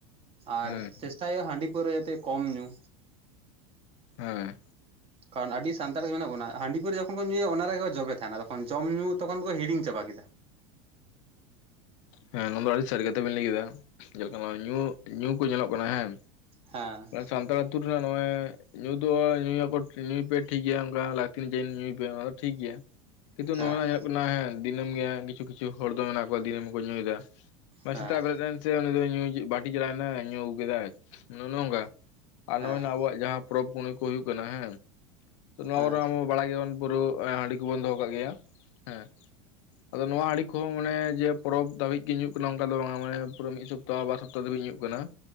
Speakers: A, on the right; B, on the left.
A: ᱟᱨ
B: ᱦᱮᱸ
A: ᱪᱮᱥᱴᱟᱭ ᱦᱩᱭᱩᱜᱼᱟ ᱦᱟᱺᱰᱤ ᱯᱟᱹᱣᱨᱟᱹ ᱡᱟᱛᱮ ᱠᱚᱢ ᱧᱩ।
B: ᱦᱮᱸ
A: ᱠᱟᱨᱚᱱ ᱟᱹᱰᱤ ᱥᱟᱱᱛᱟᱲ ᱜᱮ ᱢᱮᱱᱟᱜ ᱵᱚᱱᱟ ᱦᱟᱺᱰᱤ ᱯᱟᱹᱣᱨᱟᱹ ᱡᱚᱠᱷᱚᱱ ᱠᱚ ᱧᱩᱭᱟ ᱚᱱᱟ ᱨᱮᱜᱮᱠᱚ ᱡᱚᱵᱮ ᱛᱟᱦᱮᱱᱟ ᱛᱚᱠᱷᱚᱱ ᱡᱚᱢ ᱧᱩ ᱛᱚᱠᱷᱚᱱ ᱠᱚ ᱦᱤᱲᱤᱧ ᱪᱟᱵᱟ ᱠᱮᱫᱟ।
B: ᱦᱮᱸ ᱱᱚᱣᱟ ᱫᱚ ᱟᱹᱰᱤ ᱥᱟᱹᱨᱤ ᱠᱟᱛᱷᱟ ᱵᱤᱱ ᱞᱟᱹᱭ ᱠᱮᱫᱟ᱾ ᱡᱮᱞᱮᱠᱟ ᱱᱚᱜᱼᱚᱭ ᱧᱩᱻ ᱧᱩ ᱠᱚ ᱧᱮᱞᱚᱜ ᱠᱟᱱᱟ ᱦᱮᱸ
A: ᱦᱮᱸ
B: ᱥᱟᱱᱛᱟᱲ ᱟᱹᱛᱩ ᱨᱮ ᱱᱚᱜᱼᱚᱭ ᱼᱼ ᱧᱩ ᱫᱚ ᱧᱩᱭᱟᱠᱚ ᱧᱩᱭ ᱯᱮ ᱴᱷᱤᱠ ᱜᱮᱭᱟ᱾ ᱚᱱᱠᱟ ᱞᱟᱹᱠᱛᱤ ᱚᱱᱩᱡᱟᱭᱤ ᱧᱩᱭ ᱯᱮ ᱚᱱᱟ ᱫᱚ ᱴᱷᱤᱠ ᱜᱮᱭᱟ। ᱠᱤᱱᱛᱩ ᱱᱚᱜᱼᱚᱭ
A: ᱦᱮᱸ
B: ᱱᱷᱟᱜ ᱧᱮᱞᱚᱜ ᱠᱟᱱᱟ ᱫᱤᱥᱟᱹᱢ ᱜᱮ ᱦᱟᱸᱜ ᱠᱤᱪᱷᱩ ᱠᱤᱪᱷᱩ ᱦᱚᱲ ᱫᱚ ᱢᱮᱱᱟᱜ ᱠᱚᱣᱟ ᱫᱤᱱᱟᱹᱢ ᱜᱮ ᱠᱚ ᱧᱩᱭᱮᱫᱟ। ᱢᱟᱱᱮ
A: ᱦᱮᱸ
B: ᱥᱮᱛᱟᱜ ᱵᱮᱨᱮᱫ ᱮᱱ ᱥᱮ ᱩᱱᱤ ᱫᱚ ᱧᱩ ᱵᱟᱹᱴᱤ ᱪᱟᱞᱟᱣᱮᱱᱟ ᱧᱩ ᱟᱹᱜᱩ ᱠᱮᱫᱟᱭ ᱚᱱᱮ ᱚᱝᱠᱟ। ᱟᱨ
A: ᱦᱮᱸ
B: ᱱᱚᱜᱼᱚᱭ ᱱᱷᱟᱜ ᱟᱵᱚᱣᱟᱜ ᱡᱟᱦᱟᱸ ᱯᱚᱨᱚᱵᱽ ᱯᱩᱱᱩᱭ ᱠᱚ ᱦᱩᱭᱩᱜ ᱠᱟᱱᱟ ᱦᱮᱸ ᱛᱚ ᱱᱚᱣᱟ
A: ᱦᱮᱸ
B: ᱠᱚᱨᱮ ᱟᱵᱚ ᱼᱼ ᱵᱟᱰᱟᱭ ᱜᱮᱭᱟᱰᱚᱱ ᱯᱟᱹᱣᱨᱟᱹ ᱦᱟᱺᱰᱤ ᱠᱚᱵᱚᱱ ᱫᱚᱦᱚ ᱠᱟᱜ ᱜᱮᱭᱟ ᱦᱮᱸ ᱟᱫᱚ ᱱᱚᱣᱟ ᱦᱟᱰᱤ ᱼᱼ ᱠᱚ ᱠᱚ ᱦᱚᱸ ᱢᱟᱱᱮ ᱡᱮ ᱯᱚᱨᱚᱵᱽ ᱫᱷᱟᱹᱵᱤᱡ ᱜᱮ ᱧᱩᱜ ᱠᱟᱱᱟ ᱚᱱᱠᱟ ᱫᱚ ᱵᱟᱝ ᱢᱟᱱᱮ ᱯᱩᱨᱟᱹ ᱢᱤᱫ ᱥᱚᱯᱛᱟᱦᱚ ᱵᱟᱨ ᱥᱚᱯᱛᱟᱦᱚ ᱫᱷᱟᱹᱵᱤᱡ ᱧᱩᱜ ᱠᱟᱱᱟ।